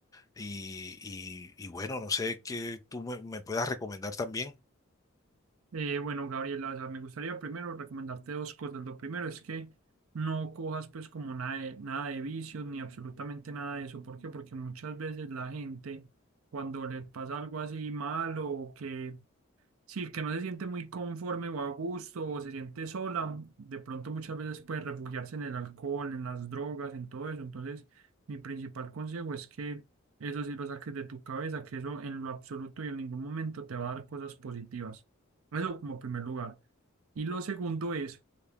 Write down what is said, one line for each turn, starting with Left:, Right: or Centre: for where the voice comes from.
Left: y, y- y bueno, no sé qué tú me, me puedas recomendar también.
Right: Eh, bueno, Gabriela, o sea, me gustaría primero recomendarte dos cosas. Lo primero es que no cojas pues como nada de, nada de vicios ni absolutamente nada de eso. ¿Por qué? Porque muchas veces la gente cuando le pasa algo así malo o que Sí, que no se siente muy conforme o a gusto o se siente sola, de pronto muchas veces puede refugiarse en el alcohol, en las drogas, en todo eso. Entonces, mi principal consejo es que eso sí lo saques de tu cabeza, que eso en lo absoluto y en ningún momento te va a dar cosas positivas. Eso como primer lugar. Y lo segundo es